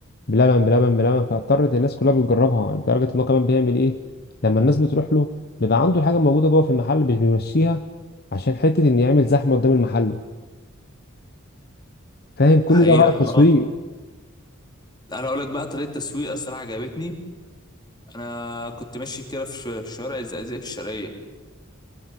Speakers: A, on the left; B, on the left.
A: بلبن بلبن بلبن فاضطرت الناس كلها بتجربها لدرجه ان هو كمان بيعمل ايه لما الناس بتروح له بيبقى عنده الحاجه موجوده جوه في المحل مش بيمشيها عشان حته ان يعمل زحمه قدام المحل فاهم كل
B: ده حقيقه
A: ده غلط تسويق
B: اه انا اقول لك بقى طريقه تسويق الصراحه عجبتني انا كنت ماشي كده في في شوارع الزقازيق في الشرقيه